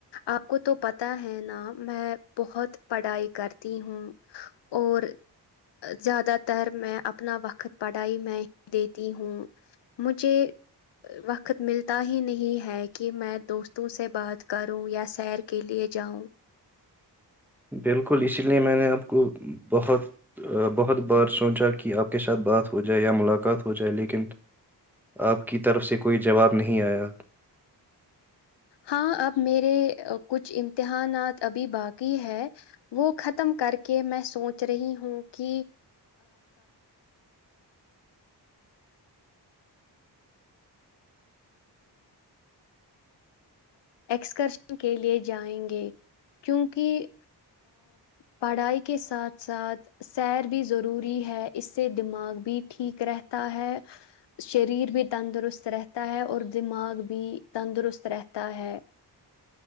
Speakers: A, on the left; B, in the centre.
A: آپ کو تو پتا ہے نا میں بہت پڑھائی کرتی ہوں اور زیادہ تر میں اپنا وقت پڑھائی میں دیتی ہوں مجھے وقت ملتا ہی نہیں ہے کہ میں دوستوں سے بات کروں یا سیر کےلئے جاؤں
B: بالکل اسی لئے میں نے آپ کو بہت بہت بار سوچا کہ آپ کے ساتھ بات ہو جائے یا ملاقات ہو جائے لیکن آپ کی طرف سے کوئی جواب نہیں آیا
A: ہاں اب میرے کچھ امتحانات ابھی باقی ہے وہ ختم کر کے میں سوچ رہی ہوں کہ ایکسکرشن کے لیے جائیں گے کیونکہ پڑھائی کے ساتھ ساتھ سیر بھی ضروری ہے اس سے دماغ بھی ٹھیک رہتا ہے شریر بھی تندرست رہتا ہے اور دماغ بھی تندرست رہتا تا ہے